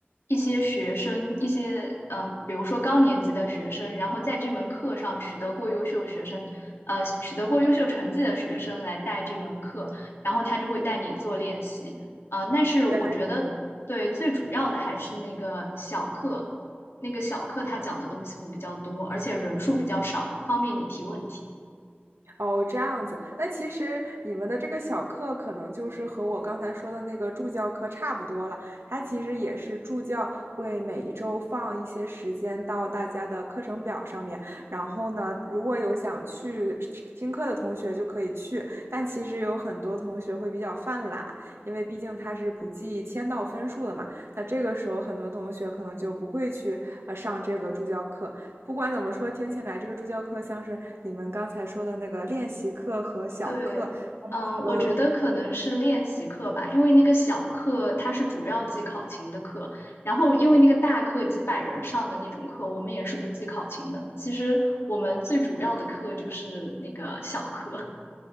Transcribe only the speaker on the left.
一些学生，一些嗯、呃比如说高年级的学生，然后在这门课上取得过优秀学生，呃，取得过优秀成绩的学生来带这门课，然后他就会带你做练习，呃，但是我觉得对最主要的还是那个小课。
那个小课他讲的东西会比较多，而且人数比较少，方便你提问题。
对，嗯，
我觉得可能是练习课吧，因为那个小课它是主要记考勤的课，然后因为那个大课几百人上的那种课，我们也是不记考勤的。其实我们最主要的课就是那个小课。